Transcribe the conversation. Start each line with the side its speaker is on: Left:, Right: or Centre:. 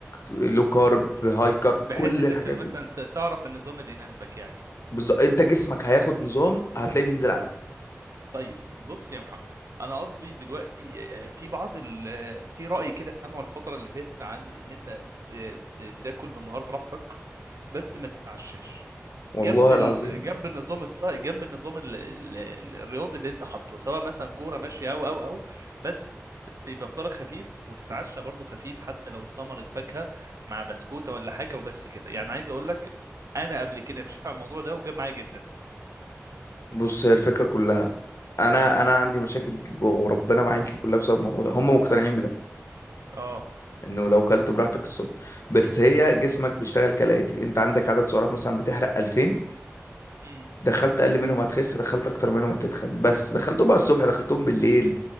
Left: لو كارب هاي كارب
Right: بحيث
Left: كل
Right: ان
Left: الحاجات
Right: انت مثلا
Left: دي
Right: ت- تعرف النظام اللي يناسبك يعني
Left: بز... انت جسمك هياخد نظام هتلاقيه بينزل عليه
Right: طيب بص يا محمد انا قصدي دلوقتي آه، في بعض ال... آه، في رأي كده سامعه الفترة اللي فاتت عن ان انت ت... ت... تاكل بالنهار براحتك بس ما تتعشاش
Left: والله
Right: جنب ال...
Left: العظيم
Right: جنب النظام الص... جنب النظام ال... ال... ال- الرياضي اللي انت حاطه سواء مثلا كورة ماشية او او او بس يبقى فطارك خفيف وتتعشى برضو خفيف حتى لو ثمرة فاكهة مع بسكوتة ولا حاجة وبس كده يعني عايز اقول لك انا قبل كده مشيت على الموضوع ده وجاب معايا جدا
Left: بص هي الفكره كلها انا انا عندي مشاكل وربنا مع عيلتي كلها بسبب الموضوع ده هم مقتنعين بده
Right: اه
Left: انه لو كلت براحتك الصبح بس هي جسمك بيشتغل كالاتي انت عندك عدد سعرات مثلا بتحرق 2000
Right: امم
Left: دخلت اقل منهم هتخس دخلت اكتر منهم هتتخن بس دخلتهم بقى الصبح دخلتهم بالليل